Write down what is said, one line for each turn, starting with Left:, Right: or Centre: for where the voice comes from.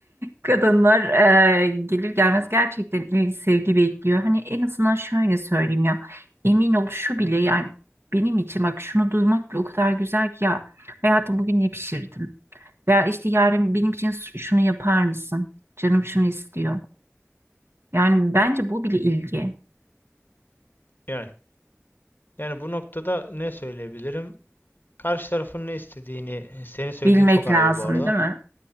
Right: Kadınlar e, gelir gelmez gerçekten ilgi sevgi bekliyor. Hani en azından şöyle söyleyeyim ya. Emin ol şu bile yani benim için bak şunu duymak bile o kadar güzel ki ya hayatım bugün ne pişirdin? Veya işte yarın benim için şunu yapar mısın? Canım şunu istiyor. Yani bence bu bile ilgi.
Left: Yani yani bu noktada ne söyleyebilirim? Karşı tarafın ne istediğini, senin söylediğin
Right: Bilmek
Left: çok ayrı
Right: lazım
Left: bu arada.
Right: değil mi?